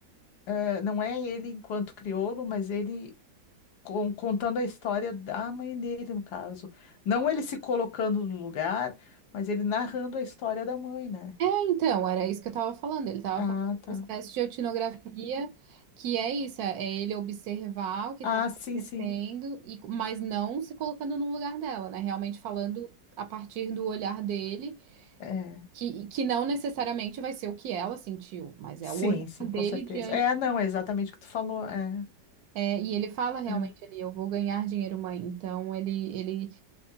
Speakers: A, on the left (about 65°); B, on the right (about 65°).
A: eh, não é ele enquanto crioulo, mas ele con- contando a história da mãe dele, no caso. Não ele se colocando no lugar, mas ele narrando a história da mãe, né?
B: É, então, era isso que eu estava falando. Ele estava
A: Ah,
B: fazendo
A: tá.
B: uma espécie de etnografia, que é isso, é é ele observar o que
A: Ah,
B: estava acontecendo,
A: sim, sim.
B: e, mas não se colocando no lugar dela, né? Realmente falando a partir do olhar dele,
A: É. é.
B: que, que não necessariamente vai ser o que ela sentiu, mas
A: Sim,
B: é o olhar
A: sim, com
B: dele
A: certeza.
B: diante.
A: É, não, é exatamente o que tu falou. É,
B: É, e ele fala realmente
A: é.
B: ali, eu vou ganhar dinheiro, mãe. Então ele, ele